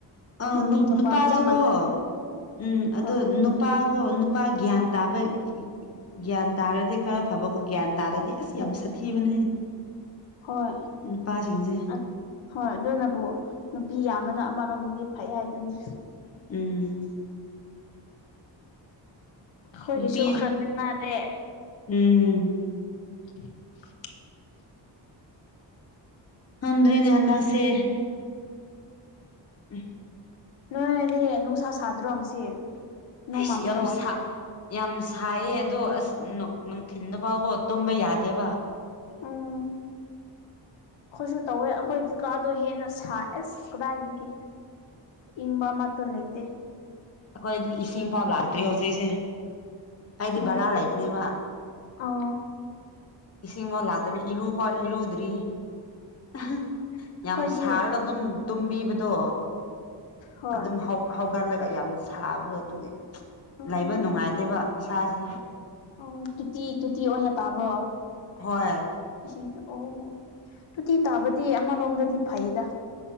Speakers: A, on the left; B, on the left.
A: ꯑ
B: ꯅꯨꯄꯤ
A: ꯅꯨꯞ
B: ꯅꯨꯄꯥ
A: ꯅꯨꯄꯥꯁꯨꯀꯣ
B: ꯆꯞ ꯃꯥꯟꯅꯔꯦ
A: ꯎꯝ ꯑꯗ‌ꯣ
B: ꯍꯣꯏ
A: ꯅꯨꯞ ꯄꯥꯀ‌ꯣ ꯅꯨꯄꯥ ꯒ꯭ꯌꯥꯟ ꯇꯥꯕ <unintelligible> ꯒ꯭ꯌꯥꯟ ꯇꯥꯔꯗꯤ ꯈꯔ ꯐꯕꯀꯣ ꯒ꯭ꯌꯥꯟ ꯇꯥꯗ꯭ꯔꯗꯤ ꯑꯁ ꯌꯥꯝ ꯁꯥꯊꯤꯕꯅꯦ
B: ꯍꯣꯏ
A: ꯅꯨꯄꯥꯁꯤꯡꯁꯦ
B: ꯑꯠ ꯍꯣꯏ ꯑꯗꯨꯅꯕꯨ ꯅꯨꯄꯤ ꯌꯥꯝꯕꯅ ꯑꯃꯔꯣꯝꯗꯤ ꯐꯩ ꯍꯥꯏꯗꯨꯅꯤ
A: ꯎꯝ
B: ꯑꯈꯣꯏꯒꯤꯁꯨ
A: ꯅꯨꯄꯤ
B: ꯈꯔꯛ ꯅꯥꯟꯂꯦ
A: ꯎꯝ
B: <unintelligible>
A: ꯉꯝꯗ꯭ꯔꯦꯅꯦ ꯍꯟꯗꯛꯁꯦ ꯎꯝ
B: ꯅꯣꯏꯗꯤ ꯅꯨꯡꯁꯥ ꯁꯥꯗ꯭ꯔꯣ ꯉꯁꯤ ꯅꯣꯡ
A: ꯑꯁ
B: ꯃꯝꯕ꯭ꯔꯣ
A: ꯌꯥꯝ ꯁꯥ ꯌꯥꯝ ꯁꯥꯏꯌꯦ ꯑꯗꯣ ꯑꯁ ꯅꯨꯡ ꯅꯨꯡꯊꯤꯟꯗꯨ ꯐꯥꯎꯀ‌ꯣ ꯇꯨꯝꯕ ꯌꯥꯗꯦꯕ
B: ꯎꯝ ꯈꯣꯏꯁꯨ ꯇꯧꯋꯦ ꯑꯈꯣꯏ ꯀꯥꯗꯣ ꯍꯦꯟꯅ ꯁꯥꯏ ꯑꯁ ꯀꯗꯥꯏꯗꯒꯤ ꯏꯪꯕ ꯑꯃꯇ ꯂꯩꯇꯦ
A: ꯑꯈꯣꯏꯗꯤ ꯏꯁꯤꯡꯐꯥꯎ ꯂꯥꯛꯇ꯭ꯔꯤ ꯍꯧꯖꯤꯛꯁꯦ ꯑꯩꯗꯤ
B: ꯎꯝ
A: ꯕꯔꯥ ꯂꯩꯕꯅꯦꯕ
B: ꯑꯣ
A: ꯏꯁꯤꯡ ꯃꯥ ꯂꯥꯛꯇꯕꯤ ꯏꯔꯨꯕꯛ ꯏꯔꯨꯗ꯭ꯔꯤ ꯑꯍꯥ
B: ꯑꯩꯈꯣꯏꯗꯤ
A: ꯌꯥꯝ ꯁꯥꯔꯒ ꯑꯗꯨꯝ ꯇꯨꯝꯕꯤꯕꯗꯣ
B: ꯍꯣꯏ
A: ꯑꯗꯨꯝ ꯍꯧ ꯍꯧꯒꯠꯂꯒ ꯌꯥꯝ ꯁꯥꯕꯗꯣ ꯑꯗꯨꯒꯤ
B: ꯎꯝ
A: ꯂꯩꯕ
B: ꯎꯝ
A: ꯅꯨꯡꯉꯥꯏꯇꯦꯕ
B: ꯎꯝ
A: ꯏꯁꯥꯖ‌ꯦ
B: ꯑꯣ ꯇꯨꯇꯤ ꯇꯨꯇꯤ ꯑꯣꯏꯅ ꯇꯥꯕ꯭ꯔꯣ
A: ꯍꯣꯏ
B: ꯏꯁꯤꯡ ꯑꯣ ꯇꯣꯇꯤ ꯇꯥꯕꯗꯤ ꯑꯃꯔꯣꯝꯗꯗꯤ ꯐꯩꯗ